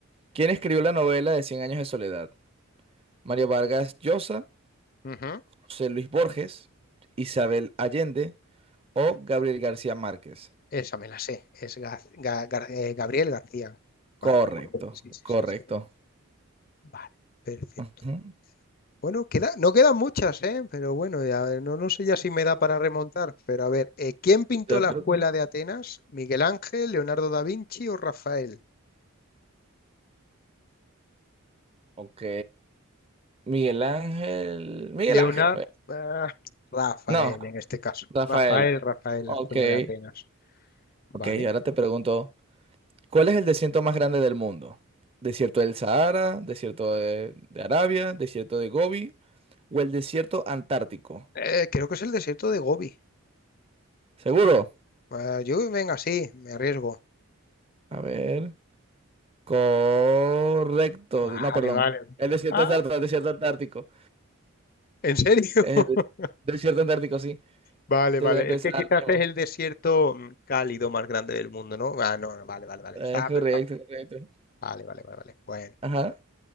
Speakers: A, on the right; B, on the left.
A: ¿Quién escribió la novela de Cien años de soledad? ¿Mario Vargas Llosa,
B: Ujú.
A: José Luis Borges, Isabel Allende o Gabriel García Márquez?
B: Esa me la sé. Es Gaz- Ga- Gar- eh, Gabriel García
A: Correcto,
B: Márquez. Sí, sí,
A: correcto.
B: sí, sí. Vale, perfecto.
A: Ujú.
B: Bueno, queda, no quedan muchas, ¿eh? Pero bueno, ya, no, no sé ya si me da para remontar. Pero a ver, eh, ¿quién pintó
A: Yo
B: la
A: creo...
B: escuela de Atenas? ¿Miguel Ángel, Leonardo da Vinci o Rafael?
A: Ok. Miguel Ángel. Miguel
B: Leonardo.
A: Ángel. fue.
B: Rafael,
A: No,
B: en este caso.
A: Rafael.
B: Rafael, Rafael,
A: Ok.
B: la escuela de Atenas. Vale.
A: Ok, ahora te pregunto, ¿Cuál es el desierto más grande del mundo? ¿Desierto del Sahara, desierto de, de Arabia, desierto de Gobi o el desierto antártico?
B: Eh, creo que es el desierto de Gobi.
A: ¿Seguro?
B: Ah, yo, venga, sí, me arriesgo.
A: A ver. Correcto.
B: Vale,
A: No, perdón.
B: vale.
A: El desierto
B: Ah,
A: antártico, el desierto antártico.
B: ¿en serio?
A: Es
B: <laughs>
A: el des- desierto antártico, sí.
B: Vale,
A: Debe
B: vale.
A: empezar
B: Es que quizás
A: lo
B: es
A: mismo.
B: el desierto mm, cálido más grande del mundo, ¿no? Ah, no, no, vale, vale, vale.
A: Eh,
B: Estaba
A: correcto,
B: pensando.
A: correcto.
B: Vale, vale, vale, vale. Bueno.
A: Ajá.